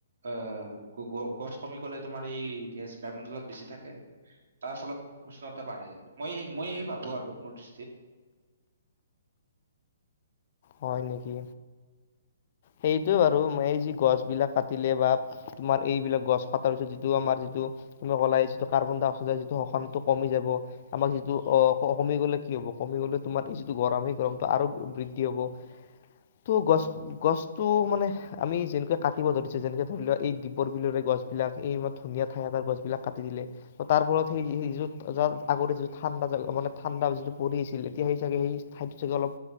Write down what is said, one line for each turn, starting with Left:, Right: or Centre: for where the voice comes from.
Right: আহ ', গছ কমি গলে তোমাৰ এই গেছ বায়ুমণ্ডলত বেছি থাকে। তাৰ ফলত উষ্ণতা বাঢ়ে মই ', -মই, ভাবো আৰু মোৰ দৃষ্টিত।
Left: হয় ', নেকি সেইটো বাৰু এই যি গছ বিলাক কাটিলে বা, তোমাৰ এইবিলাক গছ- পা, তাৰপিছত যিটো আমাৰ যিটো তুমি কলাই যিটো কাৰ্বন-ডাই -অক্সাইড যিটো শকানটো কমি যাব আমাক যিটো অ', কমি গ'লে কি হব কমি গ'লে, তোমাৰ এই যিটো গৰম সেই গৰম আৰু বৃদ্ধি হ'ব, ত', গছ- গছটো মানে আমি যেনেকে কাটিব ধৰিছে যেনেকে ধৰি লোৱা এই দীপৰ বিলৰে গছ বিলাক এই ধুনীয়া ঠাই এটাৰ গছ বিলাক কাটি দিলে ত', তাৰ ফলত সেইটো য' ত আগতে যিটো ঠাণ্ডা মানে ঠাণ্ডা যিটো পৰি আহিছিল এতিয়া সেই চাগে সেই ঠাইতো চাগে অলপ